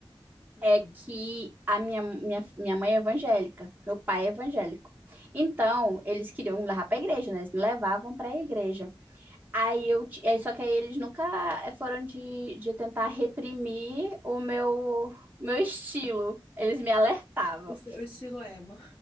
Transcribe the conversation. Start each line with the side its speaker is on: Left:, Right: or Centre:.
Left: Hum,
Right: é que a minha, minha, minha mãe é evangélica, meu pai é evangélico. Então, eles queriam me levar pra igreja, né? Eles me levavam pra igreja. Aí eu, ti- aí, só que aí eles nunca foram de, de tentar reprimir o meu, meu estilo. Eles me alertavam.
Left: o seu estilo é emo.